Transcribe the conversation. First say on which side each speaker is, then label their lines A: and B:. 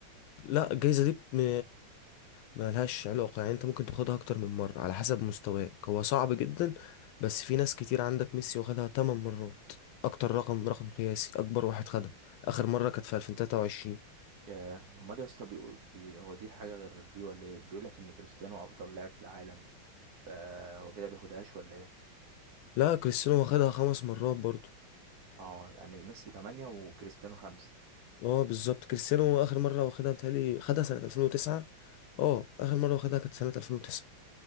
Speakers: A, on the left; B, on the right.
A: لا الجايزة دي م... ملهاش علاقة يعني انت ممكن تاخدها اكتر من مرة على حسب مستواك هو صعب جدا بس في ناس كتير عندك ميسي واخدها 8 مرات اكتر رقم رقم قياسي اكبر واحد خدها اخر مرة كانت في 2023
B: ياه امال يا اسطى بيقول- بي... هو دي حاجه غير دي ولا ايه بيقول لك ان كريستيانو افضل لاعب في العالم فهو كده بياخدهاش ولا ايه
A: لا كريستيانو واخدها خمس مرات برضو
B: اه يعني ميسي 8 وكريستيانو 5
A: اه بالظبط كريستيانو اخر مرة واخدها بتهيألي خدها سنة 2009 اه اخر مرة واخدها كانت سنة 2009